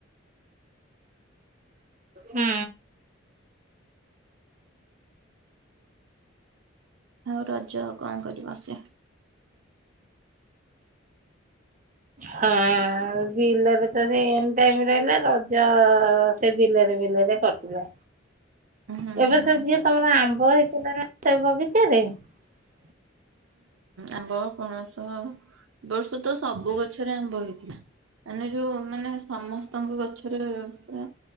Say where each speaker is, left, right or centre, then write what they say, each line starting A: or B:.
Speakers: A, on the right; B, on the right.
A: ହୁଁ।
B: ଆଉ ରଜ କଣ କରିବ <unintelligible>
A: ହଁ ବିଲରେ ତ ସେ ଟାଇମ ରହିଲା ରଜ ସେ ବିଲରେ ବିଲରେ କଟିଲା।
B: ହୁଁ ହୁଁ
A: ଏବେ ସେ ଯିଏ ତମର ଆ <unintelligible>
B: ଆମ୍ବ ପଣସ ବର୍ଷ ତ ସବୁ ଗଛରେ ଆମ୍ବ ହେଇ ମାନେ ଯୋଉ ମାନେ ସମସ୍ତଙ୍କ ଗଛରେ ପୁରା